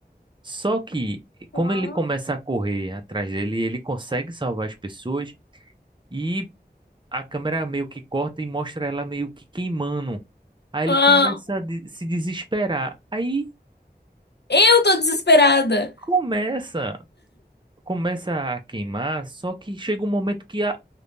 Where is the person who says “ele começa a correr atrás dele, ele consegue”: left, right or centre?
Right